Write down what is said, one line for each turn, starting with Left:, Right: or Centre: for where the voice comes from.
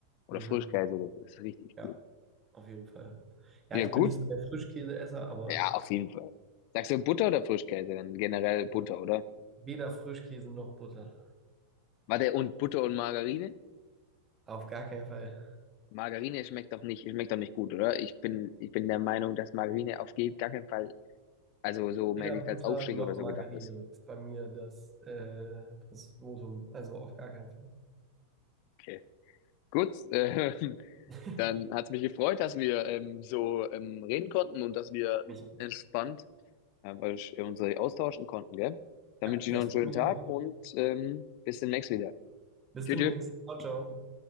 Left: Oder
Right: Mhm.
Left: Frischkäse oder so, das ist richtig
Right: Ja.
Left: gut.
Right: auf jeden Fall. Ja,
Left: Ja,
Right: ich
Left: gut?
Right: bin nicht so der Frischkäseesser, aber
Left: Ja,
Right: ja,
Left: auf jeden Fall. Sagst du Butter oder Frischkäse? Dann generell Butter, oder?
Right: weder Frischkäse noch Butter.
Left: Warte, und Butter und Margarine?
Right: Auf gar keinen Fall.
Left: Margarine schmeckt doch nicht, schmeckt doch nicht gut, oder? Ich bin, ich bin der Meinung, dass Margarine auf ge- gar keinen Fall, also so mehr
Right: Weder
Left: die-
Right: Butter
Left: als Aufstrich
Right: noch
Left: oder so
Right: Margarine
Left: gedacht ist.
Right: ist bei mir das, äh, das Votum. Also auf gar keinen Fall.
Left: Okay. Gut, äh, <laughs>
Right: <laughs>
Left: dann hat's mich gefreut, dass wir ähm, so ähm, reden konnten und dass wir
Right: Mich
Left: entspannt ähm, euch- äh, uns austauschen konnten, gell? Dann
Right: Ja,
Left: wünsche
Right: das
Left: ich noch einen
Right: freut
Left: schönen
Right: mich
Left: Tag
Right: auch.
Left: und ähm, bis demnächst wieder.
Right: Bis
Left: Tschüss.
Right: demnächst.
Left: tschüss.
Right: Ciao, ciao.